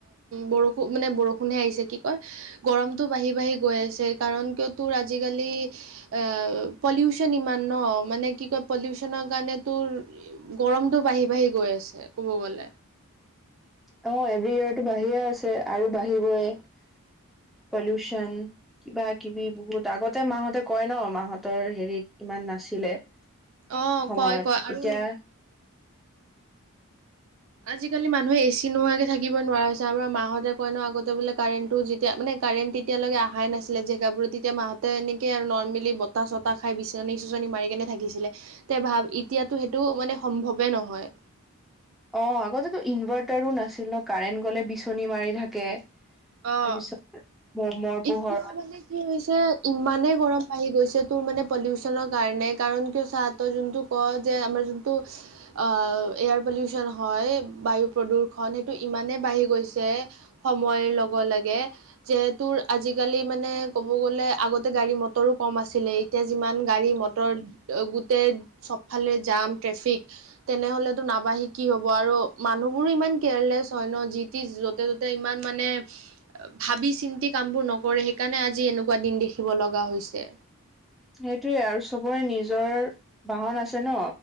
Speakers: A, on the right; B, in the centre.
A: বৰষুণ খুব মানে বৰষুণহে আহিছে কি কয় গৰমতটো বাঢ়ি বাঢ়ি গৈ আছে কাৰণ কিয় তোৰ আজিকালি আউ পলিউচন ইমান ন মানে কি কয় পলিউচনৰ কাৰণে তোৰ গৰমতটো বাঢ়ি বাঢ়ি গৈ আছে ক'ব গ'লে।
B: অ এভৰি ইয়োৰটো বাঢ়িয়ে আছে আৰু বাঢ়িবই পলিউচন। কিবা কিবি বহুত আগতে মাহঁতে কয় ন মাহঁতৰ হেৰিত ইমান নাছিলে।
A: অ
B: সময়ত
A: কয় কয় আৰু
B: এতিয়া
A: আজিকালি মানুহে এ চি নোহোৱাকে থাকিবই নোৱাৰা হৈছে আমাৰ মাহঁতে কয় নহ আগতে বোলে কাৰেণ্টটো যেতিয়া মানে কাৰেণ্ট তেতিয়ালৈকে আহাই নাছিলে জেগাবোৰত তেতিয়া মাহঁতে এনেকে আৰু নৰ্মেলি বতাহ চতাহ খাই বিচনী চিচনী মাৰি কেনে থাকিছিলে তে ভাব এতিয়াতো সেইটো মানে সম্ভৱে নহয়।
B: অ আগতেটো ইনভাৰ্টাৰো নাছিল ন কাৰেণ্ট গলে বিচনী মাৰি থাকে।
A: অ
B: তাৰপিছ মমৰ
A: এতিয়া
B: পোহৰত।
A: মানে কি হৈছে ইমানেই গৰম বাঢ়ি গৈছে তোৰ মানে পলিউচনৰ কাৰণে কাৰণ কিয় চা তই যোনটো ক যে আমাৰ যোনতটো আ' এয়াৰ পলিউচন হয় বায়ু প্ৰদূৰষণ সেইটো ইমানে বাঢ়ি গৈছে সময়ৰ লগ লাগে যে তোৰ আজিকালি মানে ক'ব গ'লে আগতে গাড়ী মটৰো কম আছিলেই এতিয়া যিমান গাড়ী মটৰ গোটেই চবফালে জাম ট্ৰেফিক তেনেহলেটো নাবাঢ়ি কি হ'ব আৰু মানুহবোৰ ইমান কেয়াৰলেছ হয় ন যি তি যতে ততে ইমান মানে ভাবি চিন্তি কামবোৰ নকৰে সেইকাৰণে আজি এনেকুৱা দিন দেখিব লগা হৈছে।
B: সেইটোৱে আৰু চবৰে নিজৰ বাহন আছে ন